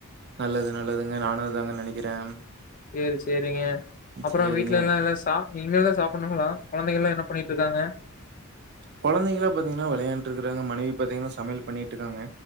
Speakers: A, on the right; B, on the left.
A: நல்லது நல்லதுங்க நானு அதாங்க நெனைக்கிறே
B: சேரி சேரிங்க அப்புற
A: சேரிங்க
B: வீட்லெலா எல்லா சாப் இனிமேதா சாப்பன்னுங்களா கொழந்தைங்களா என்ன பண்ணிட்ருக்காங்க
A: கொழந்தைங்களா பாத்திங்னா வெளையாண்ட்ருக்கறாங்க மனைவி பாத்திங்னா சமையல் பண்ணிட்ருக்காங்க